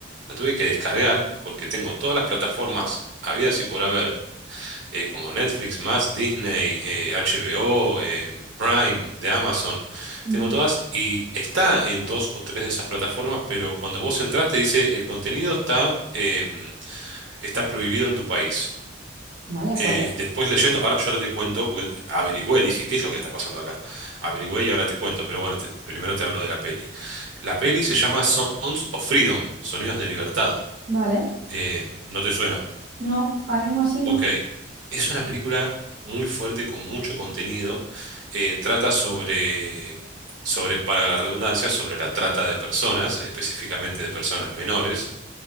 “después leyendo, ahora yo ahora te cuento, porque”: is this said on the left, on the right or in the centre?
Right